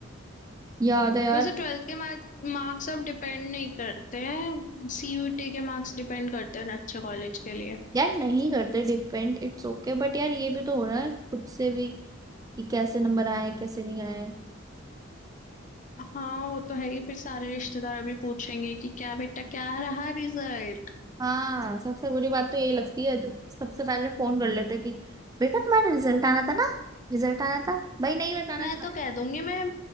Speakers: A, on the right (about 20°); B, on the left (about 40°).
A: याद है यार
B: वैसे ट्वेल्थ के मार्क्स अब डिपेंड नहीं करते हैं सीयूईटी के मार्क्स डिपेंड करते हैं अच्छे कॉलेज के लिए
A: यार नहीं करते डिपेंड इट्स ओके बट यार ये भी तो हो रहा है खुद से भी कि कैसे नंबर आए कैसे नहीं आए
B: हाँ वो तो है ही फिर सारे रिश्तेदार अभी पूछेंगे कि क्या बेटा क्या रहा रिजल्ट
A: हाँ सबसे बुरी बात तो यही लगती है तो सबसे पहले फोन कर लेते कि बेटा तुम्हारा रिजल्ट आना था ना रिजल्ट आना था भाई नहीं बताना
B: मैं
A: चाहते
B: तो कह दूंगी मैं